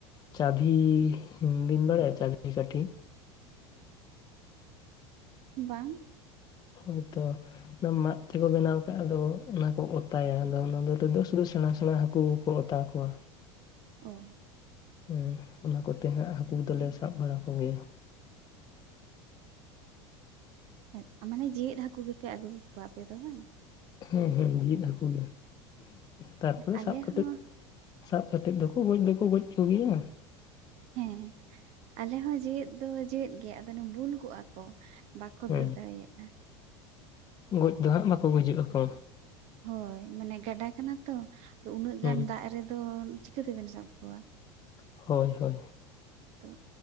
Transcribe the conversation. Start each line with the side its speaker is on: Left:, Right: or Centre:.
Left: ᱪᱟᱵᱷᱤ ᱤᱱ ᱵᱤᱱ ᱵᱟᱲᱟᱭᱟ ᱪᱟᱵᱷᱤ ᱠᱟᱴᱷᱤ ᱾
Right: ᱵᱟᱝ᱾
Left: ᱦᱳᱭ ᱛᱚ᱾ ᱫᱚ ᱢᱟᱜ ᱛᱮᱠᱚ ᱵᱮᱱᱟᱣ ᱠᱟᱜ ᱫᱚ ᱚᱱᱟ ᱠᱚ ᱚᱛᱟᱭᱟ, ᱟᱫᱚ ᱚᱱᱟ ᱫᱟᱨᱮ ᱫᱚ ᱥᱩᱫᱩᱥ ᱥᱮᱬᱟ-ᱥᱮᱬᱟ ᱦᱟᱠᱩ ᱠᱚᱜ ᱛᱟ ᱠᱚᱣᱟ᱾
Right: ᱚ᱾
Left: ᱩᱸ ᱚᱱᱟ ᱠᱚᱛᱮ ᱦᱟᱸᱜ ᱦᱟᱠᱩ ᱫᱚ ᱞᱮ ᱥᱟᱵ ᱵᱟᱲᱟ ᱠᱚ ᱜᱮᱭᱟ᱾
Right: ᱦᱮᱸᱛ ᱟ ᱢᱟᱱᱮ ᱡᱮᱣᱮᱜ ᱦᱟᱠᱩ ᱜᱮᱯᱮ ᱟᱜᱩ ᱠᱩ-ᱠᱩᱣᱟ ᱟᱯᱮ ᱫᱚ ᱵᱟᱝ?
Left: ᱦᱩᱸ-ᱦᱩᱸ, ᱡᱤᱣᱤᱫ ᱦᱟᱹᱠᱩ ᱜᱮ ᱛᱟᱨᱯᱚᱨᱮ
Right: ᱟᱞᱮ
Left: ᱥᱟᱵ ᱠᱟᱛᱮᱫ
Right: ᱦᱚᱸ
Left: ᱥᱟᱵ ᱠᱟᱛᱮᱜ ᱫᱚᱠᱚ ᱜᱚᱡ ᱫᱚᱠᱚ, ᱜᱚᱡ ᱠᱚᱜᱮᱭᱟ᱾
Right: ᱦᱮᱸ, ᱟᱞᱮ ᱦᱚᱸ ᱡᱮᱣᱮᱫ ᱫᱚ, ᱡᱮᱣᱮᱫ ᱜᱮ ᱟᱫᱚ ᱱᱮ ᱵᱩᱞ ᱠᱚᱜᱼᱟ ᱠᱚ ᱵᱟᱠᱚ
Left: ᱦᱮᱸ
Right: ᱫᱟᱹᱲ ᱫᱟᱲᱮᱭᱟᱜᱼᱟ᱾
Left: ᱜᱚᱡ ᱫᱚ ᱦᱟᱸᱜ ᱵᱟᱠᱚ ᱜᱩᱡᱩᱜ ᱟᱠᱚ?
Right: ᱦᱳᱭ, ᱢᱟᱱᱮ ᱜᱟᱰᱟ ᱠᱟᱱᱟ ᱛᱚ ᱩᱱᱟᱹᱜ
Left: ᱦᱮᱸ
Right: ᱜᱟᱱ ᱫᱟᱜ ᱨᱮᱫᱚᱼᱱ ᱪᱤᱠᱟᱹ ᱛᱮ ᱵᱮᱱ ᱥᱟᱵ ᱠᱚᱣᱟ?
Left: ᱦᱳᱭ-ᱦᱳᱭ᱾
Right: ᱛᱚ